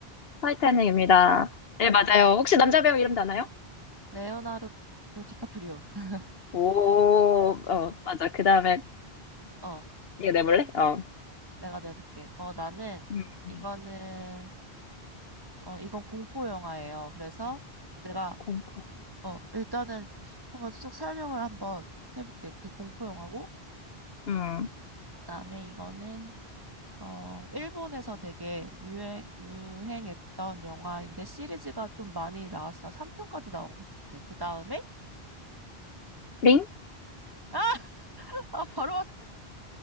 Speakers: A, on the left (about 70°); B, on the right (about 20°).
A: 타이타닉입니다. 네, 맞아요. 혹시 남자 배우 이름도 아나요?
B: 레오나르도 디카프리오. <laughs>
A: 오, 어, 맞아. 그 다음에,
B: 어.
A: 이거 내볼래? 어.
B: 내가 내볼게. 어, 나는
A: 음,
B: 이거는 어, 이건 공포 영화예요. 그래서 내가
A: 공포.
B: 어, 일단은 한번 쭉 설명을 한번 해볼게. 그 공포 영화고
A: 음.
B: 그다음에 이거는 어, 일본에서 되게 유행 유행했던 영화인데 시리즈가 좀 많이 나왔어. 3편까지 나온 것 같아. 그다음에
A: 링?
B: 아, 아 바로 맞,